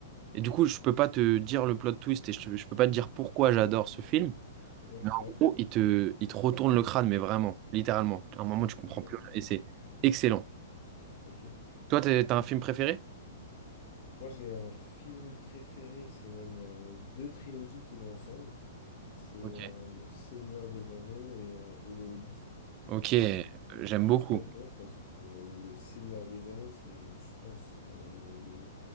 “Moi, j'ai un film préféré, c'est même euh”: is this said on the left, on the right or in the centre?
Left